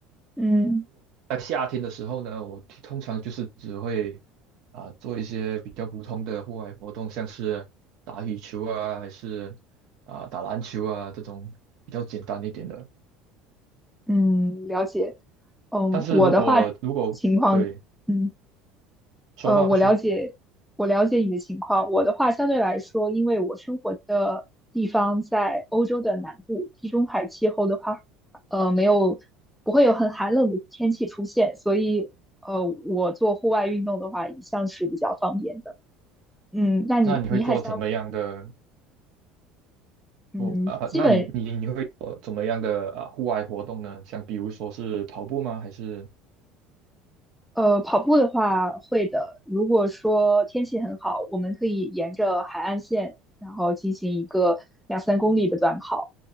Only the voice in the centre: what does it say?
嗯
嗯，了解。嗯，
我的话情况，嗯。
呃，我了解，我了解你的情况。我的话相对来说，因为我生活的地方在欧洲的南部，地中海气候的话，呃，没有，不会有很寒冷的天气出现，所以，呃，我做户外运动的话，一向是比较方便的。嗯，那你你还想，
嗯，
基本
呃，跑步的话会的。如果说天气很好，我们可以沿着海岸线，然后进行一个两三公里的短跑。